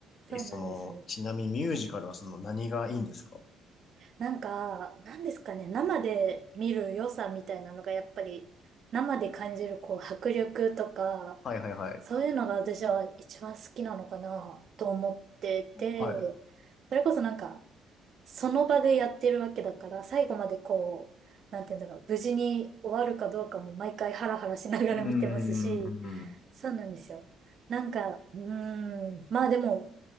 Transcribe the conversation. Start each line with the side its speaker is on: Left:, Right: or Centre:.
Left: え、
Right: そうなんです。
Left: その、ちなみにミュージカルはその何がいいんですか
Right: なんか、なんですかね、生で見る良さみたいなのがやっぱり、生で感じるこう迫力とか、
Left: はいはいはい。
Right: そういうのが私は一番好きなのかなと思ってて、
Left: はい。
Right: それこそなんかその場でやってるわけだから、最後までこう、なんて言うんだろう、無事に終わるかどうかも毎回ハラハラしながら見てますし、
Left: うーん。
Right: そうなんですよ。なんか、うーん、まあでも、